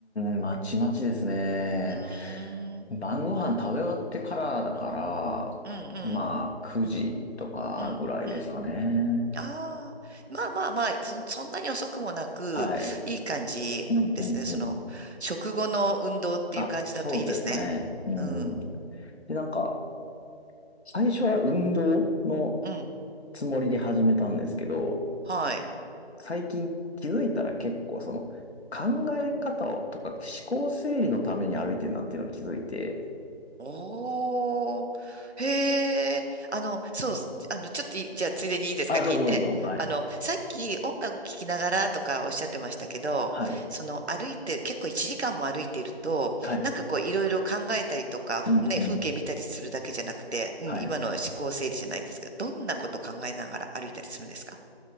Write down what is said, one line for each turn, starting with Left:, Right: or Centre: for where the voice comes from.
Left: ん、まちまちですね。
Right: うーん、
Left: 晩ご飯食べ終わってからだから、
Right: うん、うん、
Left: まあ、9時とかぐらいですかね。
Right: うん、うん。ああ、まあまあまあ、そ、そんなに遅くもなく、
Left: はい。
Right: いい感じですね。
Left: うん、うん、
Right: その、
Left: うん。
Right: 食後の運動っていう感じだといいですね。
Left: あ、そうですね。うん。
Right: うん。
Left: で、なんか、最初は運動の
Right: うん。
Left: つもりで始めたんですけど、
Right: はい。
Left: 最近気づいたら結構その考え方をとか思考整理のために歩いてるなっていうのを気づいて、
Right: おー。へえ。あの、そう、あの、ちょっとい、じゃあ、ついでにいいですか、
Left: あ、
Right: 聞いて。
Left: どうぞどうぞ。はい。
Right: あの、さっき音楽聴きながらとかおっしゃってましたけど、
Left: はい。
Right: その、歩いて、結構1時間も歩いていると、
Left: はい。
Right: なんかこう、いろいろ考えたりとか、
Left: うん、
Right: ね、
Left: うん。
Right: 風景見たりするだけじゃなくて、うん、
Left: はい。
Right: 今の思考整理じゃないですけど、どんなこと考えながら歩いたりするんですか